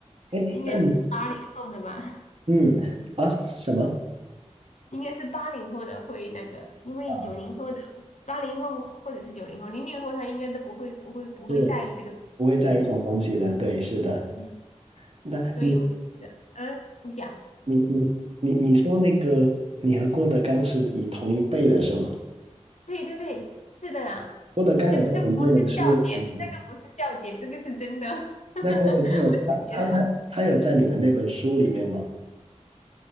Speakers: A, on the right; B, on the left.
A: 哎，
B: 应该是八零后的吧？
A: 但你嗯啊什么
B: 应该是八零后的会那个，因为九零后的、
A: 啊，
B: 八零后或者是九零后、零零后他应该都不会、不会、不会在意这个东西，
A: 是不会在意这种东西的，对，是的。
B: <laughs> 嗯，
A: 那你
B: 所以我就觉得，嗯，你讲，
A: 你你你你说那个你和郭德纲是以同一辈的是吗？
B: 对对对，是的呀，
A: 郭德纲有在你们那本书里，
B: 这这不是笑点，这个不是笑点，这个是真的。<laughs>
A: 那郭德纲有他他他他有在你们那本书里面吗？
B: 觉得，